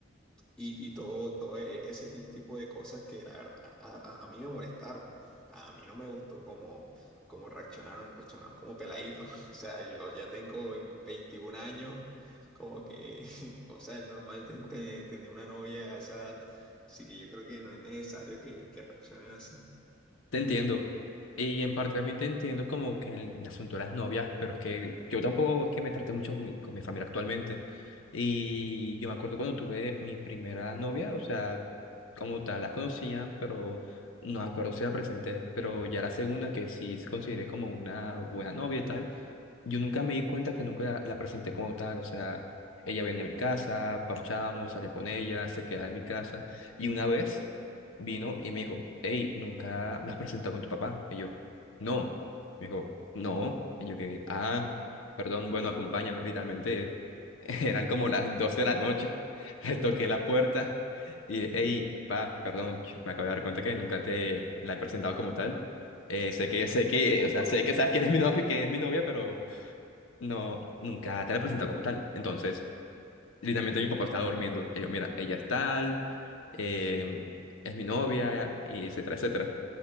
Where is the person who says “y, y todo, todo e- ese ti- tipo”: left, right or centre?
Centre